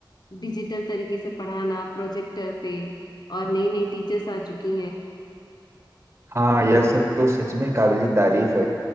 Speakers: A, on the left; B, on the right.
A: डिजिटल तरीके से पढ़ाना प्रोजेक्टर पे और नई नई टीचर्स आ चुकी
B: हाँ यह सब तो सच में काबिल तारीफ है